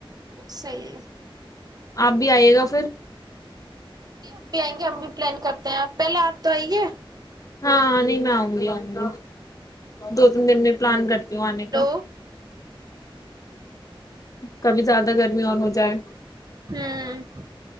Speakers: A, on the right; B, on the left.
A: صحی ہے <unintelligible>
B: آپ بھی آئیے گا پھر
A: جی ہم بھی آئیں گے ہم بھی پلان کرتے ہیں آپ پہلے آپ تو آئیے
B: ہاں نہیں میں آؤں گی آؤں گا دو تین دن میں پلان کرتی جو آنے کا
A: ہلو
B: <unintelligible> کبھی زیادہ گرمی اور ہو جائے
A: ہوں